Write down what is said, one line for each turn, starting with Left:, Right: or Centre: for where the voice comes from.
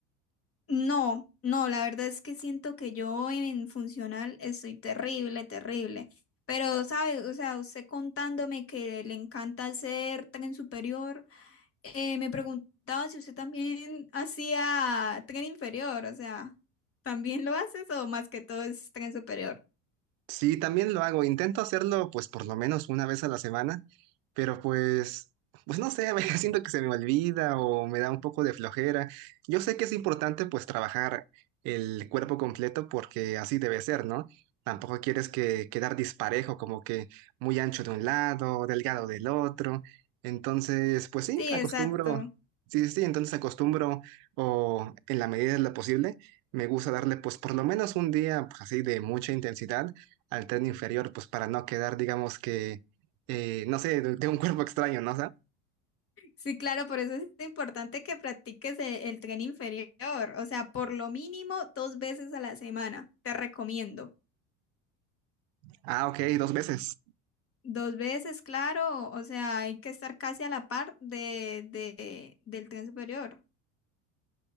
Left: No, no, la verdad es que siento que yo en funcional estoy terrible, terrible. Pero, ¿sabe? O sea, usted contándome que le encanta hacer tren superior, eh, me preguntaba si usted también hacía tren inferior, o sea, ¿también lo haces o más que todo es tren superior?
Right: Sí, también lo hago. Intento hacerlo, pues, por lo menos una vez a la semana, pero pues, pues no sé, <laughs> a veces siento que se me olvida o me da un poco de flojera. Yo sé que es importante, pues, trabajar el cuerpo completo porque así debe ser, ¿no? Tampoco quieres que quedar disparejo, como que muy ancho de un lado, delgado del otro. Entonces, pues sí,
Left: Sí,
Right: acostumbro.
Left: exacto.
Right: Sí, sí, sí, entonces acostumbro o en la medida de lo posible, me gusta darle pues por lo menos un día pues, así de mucha intensidad al tren inferior, pues para no quedar, digamos que, eh, no sé, de, de un <laughs> cuerpo extraño, ¿no? O sea,
Left: Sí, claro, por eso es importante que practiques e- el, tren inferior, o sea, por lo mínimo dos veces a la semana, te recomiendo.
Right: ah, ok, dos veces.
Left: Dos veces, claro, o sea, hay que estar casi a la par de, de, del tren superior.